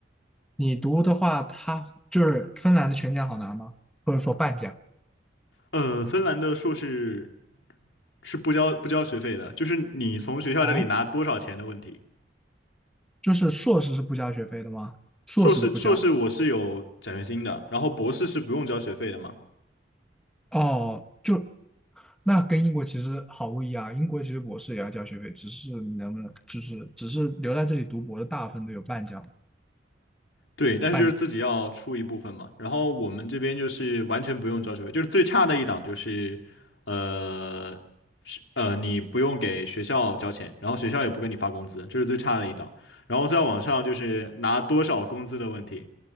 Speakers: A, in the centre; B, on the left.
A: 你读的话，他就是芬兰的全奖好拿吗？或者说半奖？
B: 嗯，芬兰的硕士是不交不交学费的，就是你从学校这里拿多少钱的问题。
A: 哦，就是硕士是不交学费的吗？硕士都不交。
B: 硕士硕士我是有奖学金的，然后博士是不用交学费的嘛。
A: 哦，就那跟英国其实毫不一样。英国其实博士也要交学费，只是你能不能，就是只是留在这里读博的大部分都有半奖，
B: 对，但是就是自己要出一部分嘛。
A: 半奖。
B: 然后我们这边就是完全不用交学费，就是最差的一档就是，呃，是呃，你不用给学校交钱，然后学校也不给你发工资，这是最差的一档。然后再往上就是拿多少工资的问题，